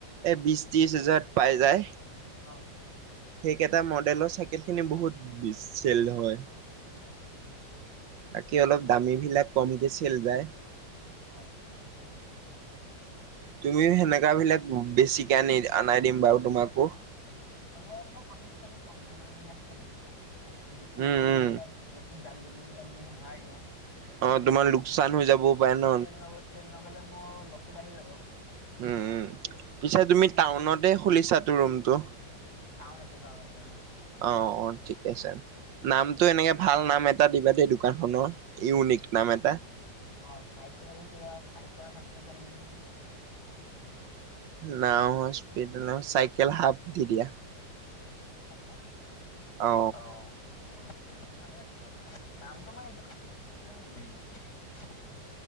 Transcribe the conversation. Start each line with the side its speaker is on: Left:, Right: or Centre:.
Right: এই বিশ ত্ৰিশ হাজাৰত পাই যায়।
Left: অহ।
Right: সেইকেইটা মডেলৰ চাইকেলখিনি বহুত চেল হয়।
Left: অ', <unintelligible>
Right: বাকী অলপ দামীবিলাক কমকে ছেল যায়।
Left: অ <unintelligible>
Right: তুমিও সেনেকা বিলাক বেছিকে আনি, আনাই দিম বাৰু তোমাকো।
Left: মই মই প্ৰথম চাগৈ কম দামীবিলাকে আনিবি মানে, বেছি দামীবিলক
Right: উম উম
Left: বেছি দামী মোৰবিলাক যদি ভৰাই দিওঁ,
Right: অ
Left: যদি
Right: তোমাৰ
Left: চে
Right: লোকচান
Left: চে
Right: হৈ যাবও পাৰে ন।
Left: চেল নগ'ল চে নগ'লে মোৰ লছটো বাঢ়ি যাব।
Right: উম', উম'। পিছে তুমি টাউনতে খুলিছাতো ৰুমটো। তো
Left: টাউনতে টাউনতে অ
Right: অহ', অহ', ঠিকে আছে। নামটো এনেকে ভাল নাম এটা দিবা দেই। দোকানখনৰ ইউনিক নাম এটা।
Left: অহ, চাইকেল কিবা চাইকেল <unintelligible>
Right: নাউ স্পিড নহয়, চাইকেল হাফ দি দিয়া।
Left: হা, হ?
Right: অ
Left: অহ। অহ, বাকী ভালে আছে বাৰু। নামটো তোমাৰ এতিয়া <unintelligible>